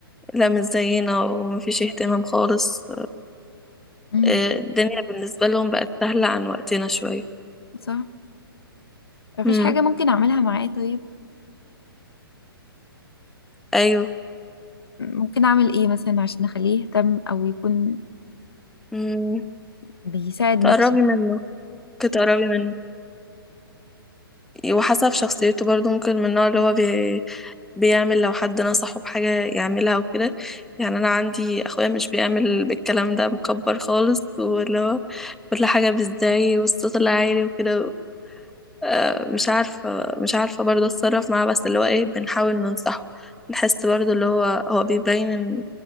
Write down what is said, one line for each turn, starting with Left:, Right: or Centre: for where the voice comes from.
Centre: لا مش زينا ومفيش اهتمام خالص
Left: امم
Centre: آه، الدنيا بالنسبة لهم بقت سهلة عن وقتنا شوية
Left: صح متعرفيش
Centre: امم
Left: حاجة ممكن أعملها معاه طيب
Centre: أيوه
Left: ممكن أعمل إيه مثلا عشان أخليه يهتم أو يكون
Centre: امم
Left: بيساعد
Centre: تقربي
Left: نفسه
Centre: منه كنت تقربي منه وحسب شخصيته برضه ممكن من النوع اللي هو بي بيعمل لو حد نصحه بحاجة يعملها وكده يعني أنا عندي أخويا مش بيعمل بالكلام ده مكبر خالص واللي هو كل حاجة بالزعي والصوت العالي وكده آه، مش عارفة مش عارفة برضه أتصرف معاه بس اللي هو إيه بنحاول ننصحه بنحس برضه اللي هو هو بيبين إن